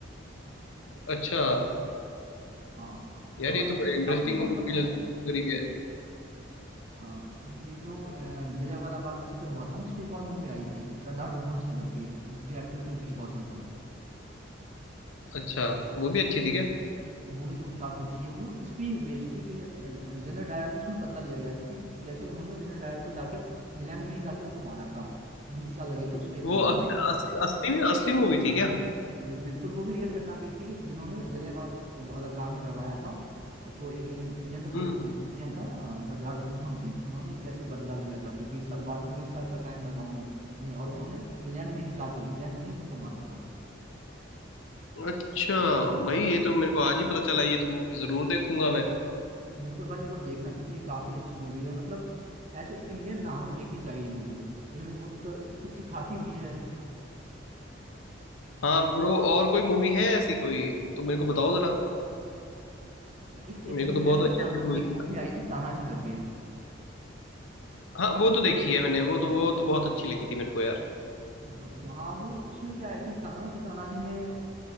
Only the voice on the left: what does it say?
अच्छा
यार
ये
तो बड़ी इंटरेस्टिंग
मूवी
लग
रही है
अच्छा वो भी अच्छी थी क्या
वो
अस, अस, असली में असली मूवी थी क्या
हम्म
अच्छा भाई ये तो मेरे को आज ही पता चला ये तो मूवी जरूर देखूंगा मैं
हाँ ब्रो और कोई मूवी है ऐसी कोई तो मेरे को बताओ जरा
मेरे
को
तो बहुत
अच्छी
अच्छी मूवी
हाँ वो तो देखी है मैंने वो तो वो तो बहुत अच्छी लगी थी मेरे को यार